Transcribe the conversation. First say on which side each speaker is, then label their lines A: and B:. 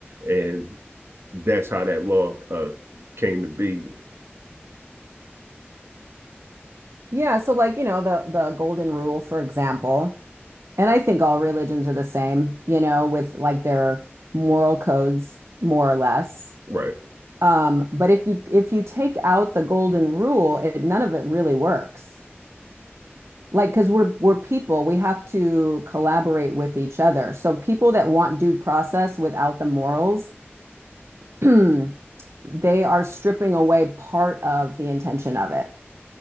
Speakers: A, on the right (about 70°); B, on the right (about 90°).
A: and that's how that law uh, came to be.
B: Yeah, so like, you know, the the golden rule, for example, and I think all religions are the same, you know, with like their moral codes, more or less.
A: Right.
B: Um, but if you if you take out the golden rule, it none of it really works. Like, because we're we're people, we have to collaborate with each other. So people that want due process without the morals, <clears throat> they are stripping away part of the intention of it.